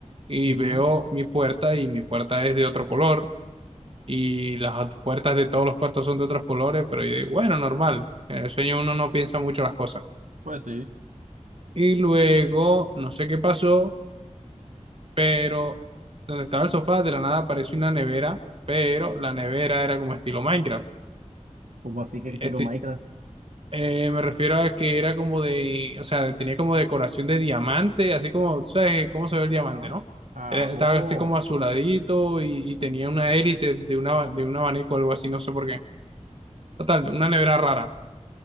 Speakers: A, on the right; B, on the right.
A: y
B: Ujú,
A: veo mi puerta y mi puerta es de otro color y las ot- puertas de todos los cuartos son de otros colores, pero yo digo, bueno, normal, en el sueño uno no piensa mucho las cosas.
B: Pues sí.
A: Y luego, no sé qué pasó pero donde estaba el sofá, de la nada apareció una nevera, pero la nevera era como estilo Minecraft.
B: ¿Cómo así que tiro
A: Este,
B: Minecraft?
A: eh, me refiero a que era como de, o sea, tenía como decoración de diamante, así como, tú sabes cómo se ve el diamante,
B: Ah,
A: ¿no?
B: ajo.
A: Era- Estaba así como azuladito y, y tenía una hélice de, una, de un abanico o algo así, no sé por qué. Total, una nevera rara.